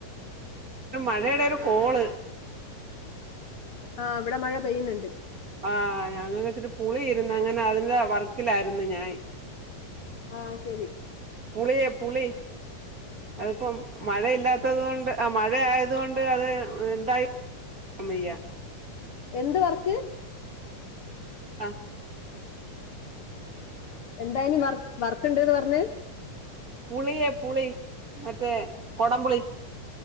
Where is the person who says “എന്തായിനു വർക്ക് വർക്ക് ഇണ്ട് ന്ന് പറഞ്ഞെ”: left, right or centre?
Left